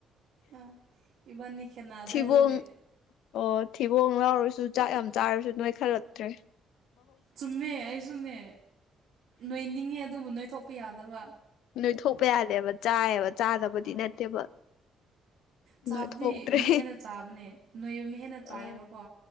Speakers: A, on the right; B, on the left.
A: ꯑꯥ ꯏꯕꯥꯅꯤ ꯈꯦꯠꯅꯗ꯭ꯔꯦ
B: ꯊꯤꯕꯣꯡ
A: ꯑꯗꯨꯗꯤ
B: ꯑꯣ ꯊꯤꯕꯣꯡ ꯂꯥꯎꯔꯁꯨ ꯆꯥꯛ ꯌꯥꯝ ꯆꯥꯔꯁꯨ ꯅꯣꯏ ꯈꯜꯂꯛꯇ꯭ꯔꯦ
A: ꯆꯨꯝꯃꯦ ꯑꯩꯁꯨꯅꯦ ꯅꯣꯏꯅꯤꯡꯉꯦ ꯑꯗꯨꯕꯨ ꯅꯣꯏꯊꯣꯛꯄ ꯌꯥꯗꯕ
B: ꯅꯣꯏ ꯊꯣꯛꯄ ꯌꯥꯗꯦꯕ ꯆꯥꯏꯌꯦꯕ ꯆꯥꯗꯕꯗꯤ
A: ꯑꯥ
B: ꯅꯠꯇꯦꯕ
A: ꯆꯥꯕꯗꯤ
B: ꯅꯣꯏꯊꯣꯛꯇ꯭ꯔꯦ
A: ꯃꯤ ꯍꯦꯟꯅ ꯆꯥꯕꯅꯦ ꯅꯣꯏꯕ ꯃꯤ ꯍꯦꯟꯅ ꯆꯥꯏꯌꯦꯕꯀꯣ
B: ꯑ